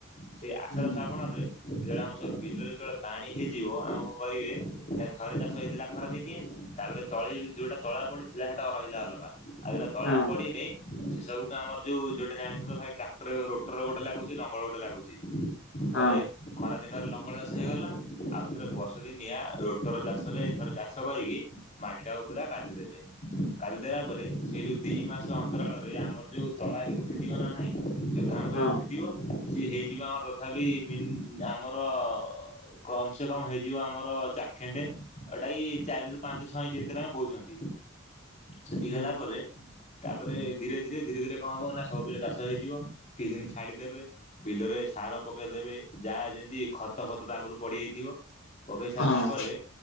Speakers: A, on the left; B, on the left.
A: ସେଇ ଆଷାଢ଼
B: ହୁଁ
A: ଶ୍ରାବଣରେ <unintelligible> ଯୋଉ ବିଲ ଯେତେବେଳେ ପାଣି ହେଇଯିବ ଆମ କଣ କରିବେ ନା ଥରେ ଚାଷ ହେଇଥିଲା ଖରା ଦିନିଆ ତାପରେ ତଳି ଯୋଉଟା ତଳା ପଡ଼ିଥିଲା ହେଟା ରହିଲା ଅଲଗା। ଆଉ ଜଉଟା ତଳା
B: ହଁ
A: ପଡ଼ିନି ସେ ସବୁକୁ ଆମର ଯୋଉ ଯଉଟାରେ ଆଣିଥିଲ ଭାଇ ଟ୍ରାକ୍ଟର ର ଟ୍ର ଗୋଟେ ଲାଗୁଛି ଲଙ୍ଗଳ ଗୋଟେ ଲାଗୁଛି
B: ହଁ।
A: ଥରେ ଖରା ଦିନରେ ଲଙ୍ଗଳ ଚାଷ ହେଇଗଲା ଆଉ ଥରେ ବର୍ଷ ଦିନିଆ ରୋ ଟୋର ଚାଷରେ ଥରେ ଚାଷ କରିକି ମାଟିଟାକୁ ପୁରା କାଦି ଦେେଲେ କାଦି ଦେଲା ପରେ ସେଇ ଯୋଉ ଦି ମାସ ଅନ୍ତରାଳରେ ଆମର ଯୋଉ ତଳା ବି ଉଠିଥିବ ନା ନାଇଁ ଯୋଉ ଧାନ ତଳା
B: ହଁ
A: ଉଠିଥିବ ସିଏ ହେଇଯିବ ଆମର ତଥାପି ମିନି ଆମର କମ୍ ସେ କମ୍ ହେଇଯିବ ଆମର ଚାଖେଣ୍ଡେ ଏଟା କି ଚାରି ରୁ ପାଞ୍ଚ ଛଅ ଇଞ୍ଚ ସେତେ ନାଖେ କହୁଛନ୍ତି ସେତିକି
B: ହଁ
A: ହେଲା ପରେ ତାପରେ ଧୀରେ ଧୀରେ ଧୀରେ ଧୀରେ କଣ ହବ ନା ସବୁ ବିଲ ଚାଷ ହେଇଯିବ। କିଛିଦିନ ଛାଡ଼ିଦେବେ ବିଲରେ ସାର ପକେଇଦେବେ ଯାହା ଯେମିତି ଖତ ଫତ ତ ଆଗରୁ ପଡ଼ିଯାଇଥିବ ପକେଇ ସାରିଲା
B: ହଁ।
A: ପରେ